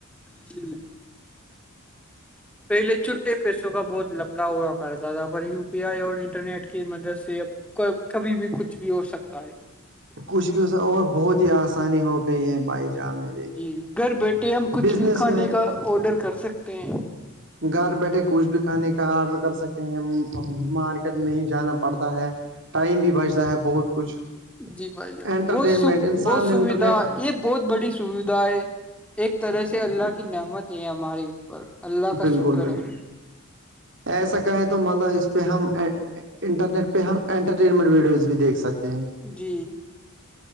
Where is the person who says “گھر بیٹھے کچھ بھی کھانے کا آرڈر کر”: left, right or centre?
Right